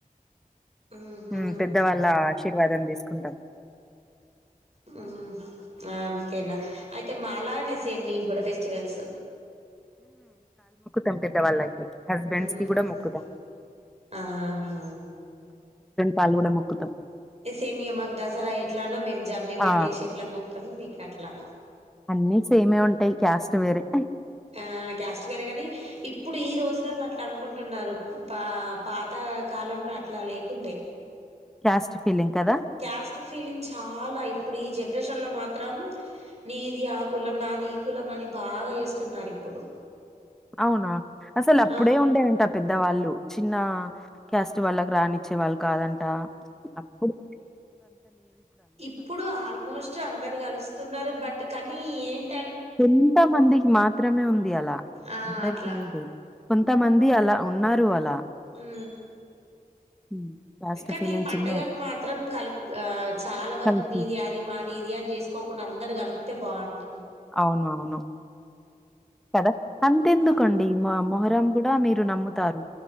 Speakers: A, on the right (about 45°); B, in the centre.
A: ఉహు
B: హ్మ్ పెద్ద వాళ్ళ ఆశీర్వాదం దీస్ కుంటమ్
A: హ్మ్ అంతేనా అయితే మాలాాగానే సేమ్ మీ గూడ ఫెస్టివల్స్
B: తమ్ పిద్ద వాల్ళకి హస్బెండ్స్
A: ఉహు
B: కి కూడా మొక్కుతాం
A: ఆహా
B: కాల్ కూడా మొక్కుతామ్
A: సేమ్ ఇగ మాకు దసరా ఎట్లానో మేము జమ్మి పెట్టేసి
B: ఆ
A: ఎట్లా మొక్కుతామో మీకు అట్లా
B: అన్నిీ సేమే ఉంటాయి క్యాస్ట్ వేరే
A: ఆ క్యాస్ట్ వేరే గాని ఇప్పుడు ఈ రోజులలో అట్లా అనుకుంటున్నారు పా పాత కాలంలో అట్లా లేకుండే
B: క్యాస్ట్ ఫీలింగ్ కదా
A: క్యాస్ట్ ఫీలింగ్ చాలా ఇప్పుడు ఈ జన్ షన్ లో మాత్రం నీది ఆ కులం నాది ఈ కులం అని బాగా చేస్తున్నారు ఇప్పుడు
B: అవునా అసలు అప్పుడే
A: ఆ
B: ఉండే అంట పెద్దవాళ్ళు చిన్న క్యాస్ట్ వాళ్ళకి రానిచ్చే వాళ్ళు కాదంట అప్పుడు
A: ఇప్పుడు ఆల్మోస్ట్ అందరు కలుస్తున్నారు బట్ కానీ ఏంటి
B: కొంతమందికి మాత్రమే ఉంది అలా
A: ఆ
B: అందరికి
A: అట్లా
B: లేదు కొ కొంతమంది అలా ఉన్నారు అలా
A: ఉ
B: హ్మ్. క్యాస్ట్
A: కానీ
B: ఫీలింగ్సున్నాయి.
A: ఈ పండగలు మాత్రం కలిపి ఆ చాలా వరకు
B: కలిసి.
A: మీది అది మాది ఇది అని చేసుకోక మ అందరు కలిపితే బాగుండి
B: అవును అవును కద అంతెందుకండి
A: ఆ
B: మా అమ్మ అరం మీరు నమ్ముతారు